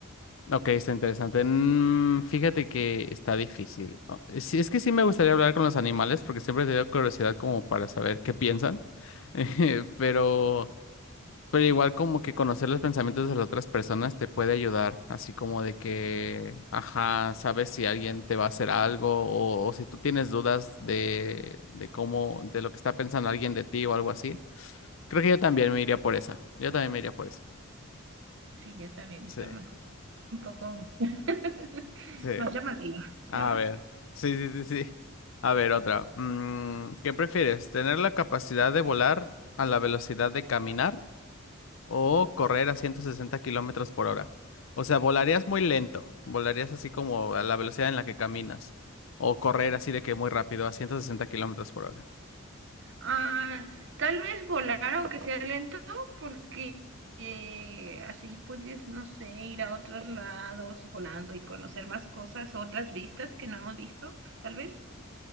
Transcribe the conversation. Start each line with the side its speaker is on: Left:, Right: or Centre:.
Left: ok, está interesante. Mm, fíjate que está difícil. O- Sí, es que sí me gustaría hablar con los animales porque siempre he tenido curiosidad como para saber qué piensan. <laughs> Pero Pero igual como que conocer los pensamientos de las otras personas te puede ayudar, así como de que, ajá, sabes si alguien te va a hacer algo o, o si tú tienes dudas de, de cómo, de lo que está pensando alguien de ti o algo así. Creo que yo también me iría por esa. Yo también me iría por eso.
Right: Sí, ya también
Left: Sí,
Right: está mejor, un poco <laughs>
Left: sí.
Right: más llamativa,
Left: A
Right: ¿verdad?
Left: ver. Sí, sí, sí, sí. A ver, otra. Mm, ¿qué prefieres? ¿Tener la capacidad de volar a la velocidad de caminar O correr a 160 kilómetros por hora. O sea, volarías muy lento. Volarías así como a la velocidad en la que caminas. O correr así de que muy rápido a 160 kilómetros por hora.
Right: Ah, tal vez volar, aunque sea lento, porque eh, así puedes, no sé, ir a otros lados volando y conocer más cosas, otras vistas que no hemos visto, tal vez.